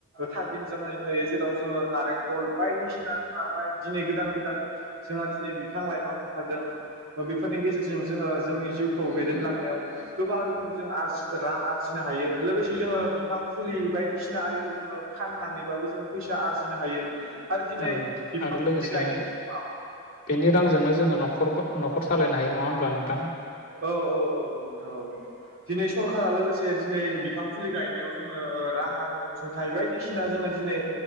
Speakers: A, on the right; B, on the left.
A: थाजिम जानानै थायो जेराव जोङो नारेंखल बायदिसिना जोंहा ओमफ्राय दिनै गोदान गोदान जोंहा दिनै बिफां लाइफां ओंखारदों थ' बेफोरनि गेजेरजों जोङो जोंनि जिउखौ दैदेनलांनायाव गोबां रोखोमनि जों आरज रां आरजिनो हायो लोगोसे जोङो बिफां फुलि बायदिसिना आरिखौ जोङो फाननानैबाबो जोङो फैसा आरजिनो हायो आरो दिनै
B: औ
A: बिफां
B: आरो लोगोसे
A: गायनायनि समाव
B: बेनि रांजोंनो जोङो न'खरबो न'खर सालायनो हायो नङा होनब्ला नोंथां?
A: औ औ औ औ नोंथां औ दिनै सरखारा लोगोसे दिनै बिफां फुलि गायनायाव जोङो ओ राङारि अनसुंथाइ बायदिसिना जोङो दिनै